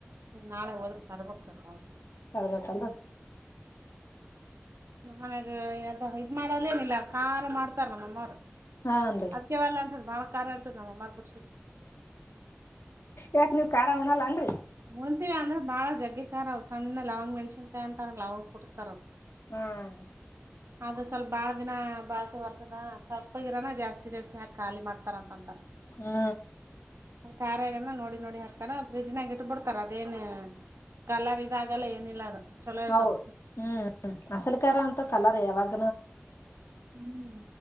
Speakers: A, on the right; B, on the left.
A: ನಾಳೆ ಹೋದ್ರ ತರ್ಬೇಕು ಸಾಕೋ
B: ತರ್ಬೇಕಲ್ ಡ್ರಿ
A: ನಮ್ಮ ಮನ್ಯಾಗ ಅದ ಇದ್ ಮಾಡಲ್ಲೇನಿಲ್ಲ ಖಾರ ಮಾಡ್ತಾರ ನಮ್ಮ ಅಮ್ಮಾರು
B: ಹಾನ್ರಿ
A: ಅದ್ಕವಲ್ಲಾ ಅಂತ ಬಾಳ ಖಾರ ಇರ್ತದ ನಮ್ಮ ಅಮ್ಮಾರ್ ಕೊಡ್ಸಿದ
B: ಯಾಕ್ ನೀವ ಖಾರಮಾಡಲ್ಲ ನಡ್ರಿ
A: ಉಣತಿವಿ ಅಂದ್ರೆ ಬಾಳ ಜಗ್ಗಿಕಾರ ಅವ್ ಸಣ್ಣ ಲವಂಗ ಮೆಣಸಿನಕಾಯಿ ಅಂತಾರ ಲವಂಗ ಕುಟ್ಸಸ್ತಾರ ಅವ
B: ಹ್ಮ್
A: ಅದು ಸ್ವಲ್ಪ ಬಾಳ ದಿನಾ ಬಾಳಕಿ ಬರ್ತದ ಸ್ವಲ್ಪ ಗಿರಾನ ಜಾಸ್ತಿ ಜಾಸ್ತಿಹಾಕ್ ಖಾಲಿ ಮಾಡ್ತ ತರಾ ತಂದ
B: ಹು
A: ಕಾರ ಇರನ ನೋಡಿ ನೋಡಿ ಹಾಕ್ತಾರಾ ಫ್ರಿಜ್ನ್ಯಾಗ ಇಟ್ಟ ಬಿಡ್ತಾರ ಅದೇನ್ ಗಲರ್ ಇದಾಗಲ್ಲಾ ಏನಿಲ್ಲ ಅದು ಚಲೋ ಇರ್ತದ.
B: ಹೌದ ಹು ಮಸಾಲಿಕಾರ ಅಂತ ಕಲರ್ ಯಾವಾಗ
A: ಹು